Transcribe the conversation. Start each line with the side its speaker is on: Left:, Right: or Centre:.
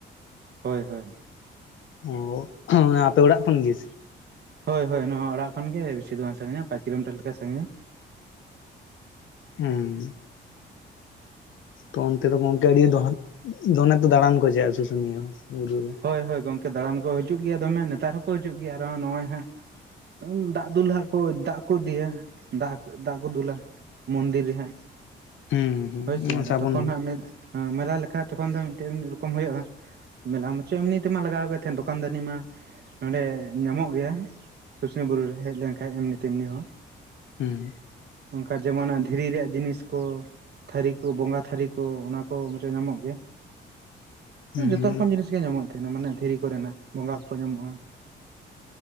Right: ᱦᱳᱭ ᱦᱳᱭ
Left: ᱚ ᱦᱮᱸ ᱚᱱᱮ ᱟᱯᱮ ᱚᱲᱟᱜ ᱠᱷᱚᱱ ᱜᱤ?
Right: ᱦᱳᱭ ᱦᱳᱭ ᱱᱚᱣᱟ ᱚᱲᱟᱜ ᱠᱷᱚᱱᱜ ᱜᱮ ᱵᱤᱥᱤ ᱫᱚ ᱵᱟᱝ ᱥᱟᱺᱜᱤᱧᱟ ᱯᱟᱪ ᱠᱤᱞᱳᱢᱤᱴᱟᱨ ᱞᱮᱠᱟ ᱥᱟᱺᱜᱤᱧᱟ᱾
Left: ᱦᱩᱸ ᱛᱚ ᱚᱱᱛᱮ ᱫᱚ ᱜᱚᱝᱠᱮ ᱟᱹᱰᱤ ᱫᱚᱦᱚᱸ ᱫᱚᱢᱮ ᱛᱚ ᱫᱟᱲᱟᱱ ᱠᱚ ᱪᱟᱜᱼᱟ ᱥᱩᱥᱱᱤ ᱦᱚᱸ ᱵᱩᱨᱩ ᱨᱮ᱾
Right: ᱦᱳᱭ ᱦᱳᱭ ᱜᱚᱝᱠᱮ ᱫᱟᱲᱟᱱ ᱠᱚ ᱦᱤᱡᱩᱜ ᱜᱮᱭᱟ ᱫᱚᱢᱮ ᱱᱮᱛᱟᱨ ᱦᱚᱸᱠᱚ ᱦᱤᱡᱩᱜ ᱜᱮᱭᱟ ᱟᱨᱦᱚᱸ ᱱᱚᱜᱼᱚᱭ ᱦᱟᱸᱜ ᱩᱸ ᱫᱟᱜ ᱫᱩᱞ ᱦᱟᱸᱜ ᱠᱚ ᱫᱟᱜ ᱠᱚ ᱤᱫᱤᱭᱟ ᱫᱟᱜ ᱫᱟᱜ ᱠᱚ ᱫᱩᱞᱟ᱾ ᱢᱚᱱᱫᱤᱨ ᱨᱮ ᱦᱟᱸᱜ
Left: ᱦᱩᱸ ᱦᱩᱸ
Right: ᱦᱳᱭᱥᱮ
Left: ᱥᱟᱵᱚᱱ
Right: ᱛᱚᱠᱷᱚᱱ ᱦᱟᱸᱜ ᱢᱮ ᱦᱮᱸ ᱢᱮᱞᱟ ᱞᱮᱠᱟ ᱦᱟᱸᱜ ᱛᱚᱠᱷᱚᱱ ᱫᱚ ᱢᱤᱫᱴᱮᱱ ᱨᱚᱠᱚᱢ ᱦᱩᱭᱩᱜᱼᱟ ᱢᱮᱞᱟ ᱪᱮᱢᱱᱤ ᱛᱮᱢᱟ ᱞᱟᱜᱟᱣ ᱜᱮ ᱛᱟᱦᱮᱸᱱ ᱫᱚᱠᱟᱱ ᱫᱟᱱᱤ ᱢᱟ ᱱᱚᱸᱰᱮ ᱧᱟᱢᱚᱜ ᱜᱮᱭᱟ ᱥᱩᱥᱱᱤ ᱵᱩᱨᱩ ᱨᱮ ᱦᱮᱡ ᱞᱮᱱ ᱠᱷᱟᱱᱡ ᱮᱢᱱᱤ ᱛᱮᱢᱱᱤ ᱦᱚᱸ᱾
Left: ᱦᱩᱸ
Right: ᱚᱝᱠᱟ ᱡᱮᱢᱚᱱᱟ ᱫᱷᱤᱨᱤ ᱨᱮᱭᱟᱜ ᱡᱤᱱᱤᱥ ᱠᱚ᱾ ᱛᱷᱟᱹᱨᱤ ᱠᱚ ᱵᱚᱸᱜᱟ ᱛᱷᱟᱹᱨᱤ ᱠᱚ ᱚᱱᱟ ᱠᱚ ᱢᱟᱪᱚ ᱧᱟᱢᱚᱜ ᱜᱮ᱾
Left: <inaudible> ᱦᱩᱸ
Right: ᱡᱚᱛᱚ ᱨᱚᱠᱚᱢ ᱡᱤᱱᱤᱥ ᱜᱮ ᱧᱟᱢᱚᱜ ᱛᱟᱦᱮᱱᱟ ᱢᱟᱱᱮ ᱫᱷᱤᱨᱤ ᱠᱚᱨᱮᱱᱟᱜ ᱵᱚᱸᱜᱟ ᱠᱚᱠᱚ ᱧᱟᱢᱚᱜᱼᱟ᱾